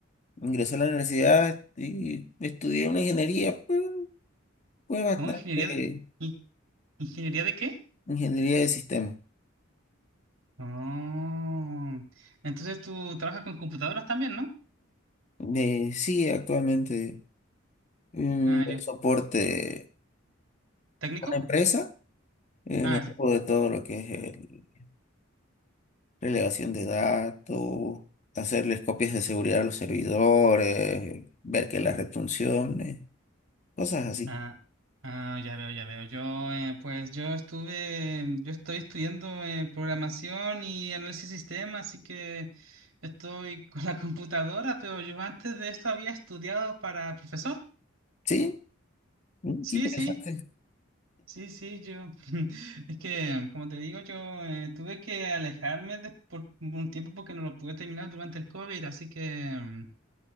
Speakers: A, on the left (about 35°); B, on the right (about 85°).
A: ingresé a la universidad y estudié una ingeniería, pues, fue bastante
B: ¿O ingeniería de, in- ingeniería de qué?
A: ingeniería de sistemas.
B: Oh, entonces tú trabajas con computadoras también, ¿no?
A: Eh, sí, actualmente mm,
B: Ah,
A: doy
B: yo.
A: soporte
B: ¿Técnico?
A: a una empresa Eh,
B: Ah,
A: me ocupo
B: sí.
A: de todo lo que es el- relevación de datos, hacerles copias de seguridad a los servidores, ver que las red funcione, cosas así.
B: Ah, ah, ya veo, ya veo. Yo, eh, pues yo estuve, yo estoy estudiando eh, programación y análisis de sistemas, así que estoy <laughs> con la computadora, pero yo antes de esto había estudiado para profesor.
A: Sí, mm,
B: Sí,
A: qué interesante.
B: sí, sí, sí, yo. <laughs> Es que, como te digo, yo eh, tuve que alejarme de- por un tiempo porque no lo pude terminar durante el COVID, así que mm,